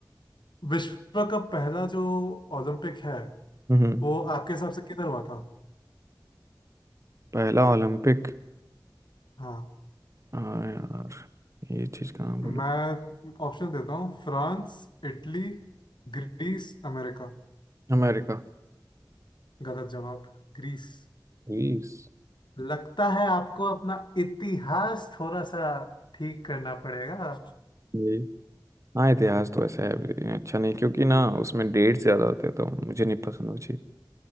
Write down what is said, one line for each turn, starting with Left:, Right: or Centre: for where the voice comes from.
Left: विश्व का पहला जो ओलंपिक है
Right: हम्म हम्म।
Left: वो आपके हिसाब से किधर हुआ था
Right: पहला ओलंपिक
Left: हाँ
Right: हाँ यार ये चीज़ कहाँ बोलो
Left: मैं ऑप्शन देता हूँ फ्रांस इटली ग्रीस अमेरिका
Right: अमेरिका
Left: गलत जवाब ग्रीस
Right: ग्रीस
Left: लगता है आपको अपना इतिहास थोड़ा सा ठीक करना पड़ेगा
Right: ये हाँ इतिहास तो ऐसा है ये अच्छा नहीं क्योंकि ना उसमें डेट ज़्यादा होते हैं तो मुझे नहीं पसंद वो चीज़